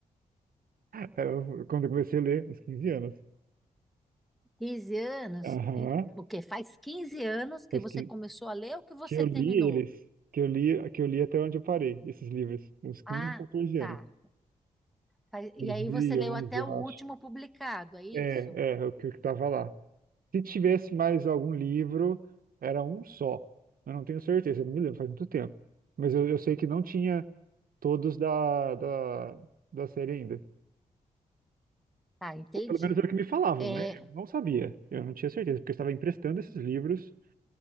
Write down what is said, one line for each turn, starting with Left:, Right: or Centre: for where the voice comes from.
Right: <laughs> Era quando eu comecei a ler, uns 15 anos.
Centre: 15 anos,
Right: Aham,
Centre: em- o quê? Faz 15 anos que
Right: mas
Centre: você
Right: que,
Centre: começou a ler ou que você
Right: que eu li
Centre: terminou?
Right: eles, que eu li, que eu li até onde eu parei, esses livros, uns 15,
Centre: Ah,
Right: 14
Centre: tá.
Right: anos,
Centre: Faz- E
Right: dois
Centre: aí
Right: mil
Centre: você
Right: e
Centre: leu
Right: onze,
Centre: até
Right: eu
Centre: o último
Right: acho.
Centre: publicado, é isso?
Right: É, é, é o que estava lá. Se tivesse mais algum livro, era um só. Eu não tenho certeza, eu não me lembro, faz muito tempo. Mas eu, eu sei que não tinha todos da, da, da série ainda.
Centre: Tá, entendi.
Right: Ou pelo menos era o que me falavam,
Centre: É,
Right: né? Eu não sabia, eu não tinha certeza, porque eu estava emprestando esses livros